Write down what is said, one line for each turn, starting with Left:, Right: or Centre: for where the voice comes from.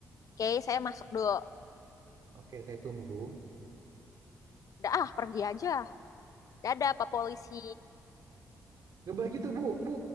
Left: Oke, saya masuk dulu.
Right: oke saya tunggu.
Left: Udah ah, pergi aja. Dadah, Pak Polisi.
Right: Nggak boleh gitu bu, bu.